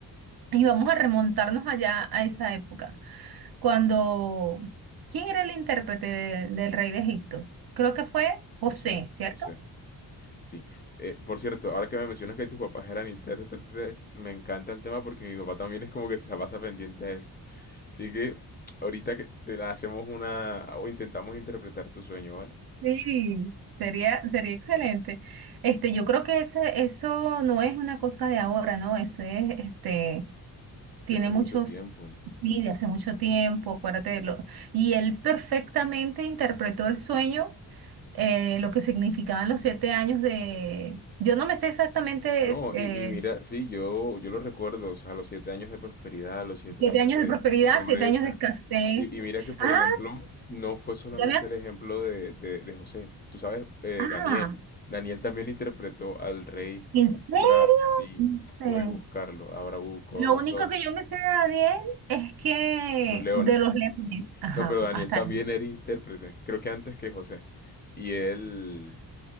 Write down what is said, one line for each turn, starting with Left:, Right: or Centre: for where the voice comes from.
Right: y vamos a remontarnos allá a esa época. cuando, ¿quién era el intérprete de- del rey de Egipto? Creo que fue
Left: José,
Right: José, ¿cierto?
Left: José. Sí, Eh, por cierto, ahora que me mencionas que tus papás eran intérpretes, me encanta el tema porque mi papá también es como que se la pasa pendiente a eso. Así que ahorita que te la hacemos una o intentamos interpretar tu sueño, ¿vale?
Right: Sí. Sería, sería excelente. Este, yo creo que ese, eso no es una cosa de ahora, ¿no? Eso es, este, tiene
Left: Desde hace mucho
Right: muchos,
Left: tiempo.
Right: sí, de hace mucho tiempo, acuérdate de lo. Y él perfectamente interpretó el sueño, eh, lo que significaban los siete años de. Yo no me sé exactamente
Left: No,
Right: eh,
Left: y, y mira, sí, yo, yo lo recuerdo, o sea, los siete años de prosperidad, los siete
Right: Siete
Left: años
Right: años
Left: de,
Right: de prosperidad,
Left: de pobreza.
Right: siete años de escasez.
Left: Y, y mira que, por
Right: Ah,
Left: ejemplo, no fue solamente
Right: ya me... ac-
Left: el ejemplo de, de, de José. Tú sabes, eh,
Right: Ah,
Left: Daniel. Daniel también interpretó al rey
Right: ¿en serio?
Left: Bra... Sí,
Right: No sé.
Left: puedes buscarlo, a Nabucodonosor,
Right: Lo único que yo me sé de Daniel es que
Left: los leones.
Right: de los leones. Ajá,
Left: No, pero Daniel
Right: hasta
Left: también
Right: ahí.
Left: era intérprete, creo que antes que José. Y él,